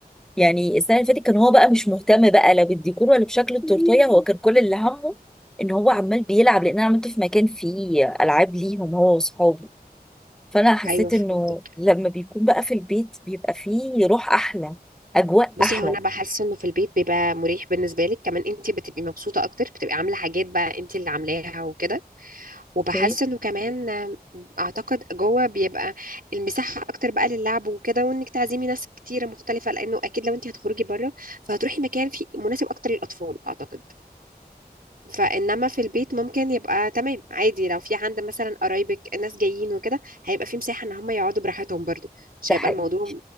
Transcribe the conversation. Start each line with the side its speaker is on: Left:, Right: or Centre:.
Centre: يعني السنه اللي فاتت كان هو بقى مش مهتم بقى لا بالديكور ولا بشكل التورتيه هو كان كل اللي همه ان هو عمال بيلعب لان انا عملته في مكان فيه العاب ليهم هو واصحابه فانا حسيت
Right: ايوه فهمت
Centre: انه لما بيكون بقى في البيت بيبقى فيه روح احلى اجواء
Right: بصي
Centre: احلى
Right: هو انا بحس انه في البيت بيبقى مريح بالنسبه لك كمان انت بتبقي مبسوطه اكتر بتبقي عامله حاجات بقى انت اللي عاملاها وكده وبحس
Centre: اوكي
Right: انه كمان آم، اعتقد جوه بيبقى المساحه اكتر بقى للعب وكده وانك تعزمي ناس كتيره مختلفه لانه اكيد لو انت هتخرجي بره فهتروحي مكان فيه مناسب اكتر للاطفال اعتقد فانما في البيت ممكن يبقى تمام عادي لو في عند مثلا قرايبك الناس جايين وكده هيبقى في مساحه ان هم يقعدوا براحتهم برضو مش
Centre: ده
Right: هيبقى
Centre: حقيقي
Right: الموضوع